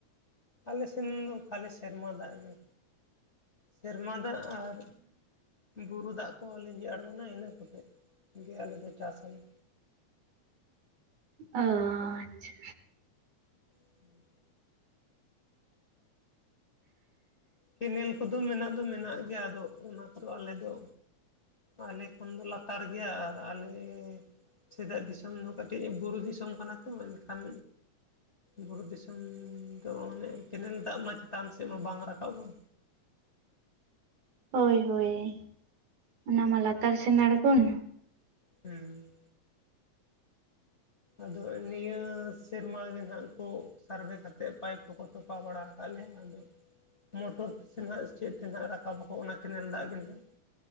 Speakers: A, on the left; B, on the right.
A: ᱟᱞᱮ ᱥᱮᱱ ᱫᱚ ᱠᱷᱟᱞᱤ ᱥᱮᱨᱢᱟ ᱫᱟᱜ ᱜᱮ᱾ ᱥᱮᱨᱢᱟ ᱫᱟᱜ ᱟᱨ, ᱵᱩᱨᱩ ᱫᱟᱜ ᱠᱚ ᱞᱤᱸᱡᱤ ᱟᱲᱜᱚᱱᱟ ᱤᱱᱟᱹ ᱠᱚᱛᱮ ᱜᱮ ᱟᱞᱮ ᱫᱚ ᱪᱟᱥ ᱟᱞᱮ᱾
B: ᱚ ᱟᱪᱷᱟ᱾
A: <inaudible> ᱠᱮᱱᱮᱞ ᱠᱚᱫᱚ ᱢᱮᱱᱟᱜ ᱫᱚ ᱢᱮᱱᱟᱜ ᱜᱮᱭᱟ ᱟᱫᱚ ᱚᱱᱟ ᱠᱚᱫᱚ ᱟᱞᱮ ᱫᱚ ᱟᱞᱮ ᱠᱷᱚᱱ ᱫᱚ ᱞᱟᱛᱟᱨ ᱜᱮᱭᱟ ᱟᱨ ᱟᱞᱮ ᱥᱮᱫᱟᱜ ᱫᱤᱥᱚᱢ ᱫᱚ ᱠᱟᱹᱴᱤᱡ ᱵᱩᱨᱩ ᱫᱤᱥᱚᱢ ᱠᱟᱱᱟ ᱛᱚ ᱮᱱᱠᱷᱟᱱ ᱵᱩᱨᱩ ᱫᱤᱥᱚᱢ ᱫᱚ ᱢᱟᱱᱮ ᱠᱮᱱᱮᱞ ᱫᱟᱜ ᱢᱟ ᱪᱮᱛᱟᱱ ᱥᱮᱫ ᱢᱟ ᱵᱟᱝ ᱨᱟᱠᱟᱵ ᱟ᱾
B: ᱦᱳᱭ ᱦᱳᱭ ᱚᱱᱟ ᱢᱟ ᱞᱟᱛᱟᱨ ᱥᱮᱱ ᱟᱲᱜᱳᱱ᱾
A: ᱦᱩᱸ᱾ ᱟᱫᱚ ᱱᱤᱭᱟᱹ ᱥᱮᱨᱢᱟ ᱜᱮ ᱱᱟᱦᱟᱜ ᱠᱩ ᱥᱟᱨᱵᱷᱮ ᱠᱟᱛᱮᱜ ᱯᱟᱭᱤᱯ ᱠᱚᱠᱚ ᱛᱚᱯᱟ ᱵᱟᱲᱟᱜ ᱛᱟᱞᱦᱮ ᱟᱫᱚ ᱢᱚᱴᱚᱨ ᱛᱮ ᱥᱮ ᱱᱟᱦᱟᱜ ᱪᱮᱫ ᱛᱮᱦᱟᱜ ᱨᱟᱠᱟᱵ ᱟᱠᱚ ᱚᱱᱟ ᱠᱮᱱᱮᱞ ᱫᱟᱜ ᱜᱮ ᱦᱟᱜ